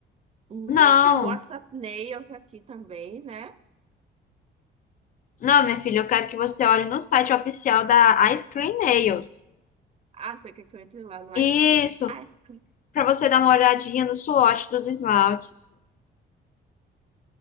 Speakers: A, on the right; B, on the left.
A: Hum,
B: Não,
A: tem o WhatsApp Nails aqui também, né?
B: não, minha filha, eu quero que você olhe no site oficial da Ice Cream Nails.
A: Ah, você quer que eu entre lá no
B: Isso,
A: ice cream? Ice cream.
B: para você dar uma olhadinha no swatch dos esmaltes.